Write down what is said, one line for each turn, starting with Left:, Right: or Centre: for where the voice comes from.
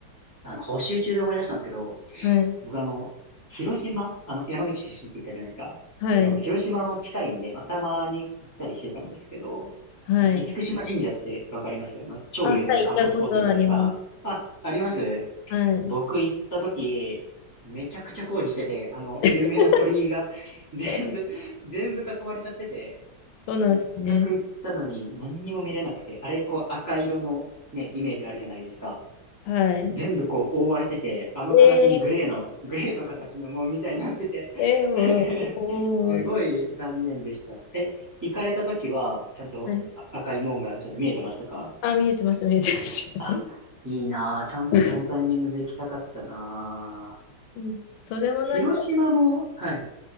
Right: あの、補習中で思い出したんですけど、
Left: はい。
Right: 僕あの、広島、あの、山口出身って言ったじゃないですか。
Left: はい。
Right: あの、広島も近いんで、まあ、たまに行ったりしてたんですけど、
Left: はい。
Right: あの、厳島神社ってわかりますまあ、超有名な観光スポットじゃないですか。
Left: あ、はい、行ったことあります。
Right: あ、あります
Left: はい。
Right: 僕行った時、めちゃくちゃ工事してて、あの、
Left: <laughs>
Right: 有名な鳥居が <laughs> 全部、
Left: え
Right: 全部囲われちゃってて、
Left: そうなんですね。
Right: せっかく行ったのに何にも見れなくて、あれ、こう赤色のね、イメージあるじゃないですか。
Left: はい。
Right: 全部こう覆われてて、あの形にグレーの、
Left: え
Right: グレーの形の門みたいになってて
Left: ー、えー、もう、
Right: <laughs>
Left: おー、
Right: すごい残念でした。え、行かれた時は、ちゃんとあ赤い門がちゃんと見えてましたか
Left: はい。あ、見えてました、見えてました。
Right: あ、いいなぁ。ちゃんとそのタイミングで行きたかったなぁ。
Left: <laughs> うん、それもなんか、
Right: 広島も、はい。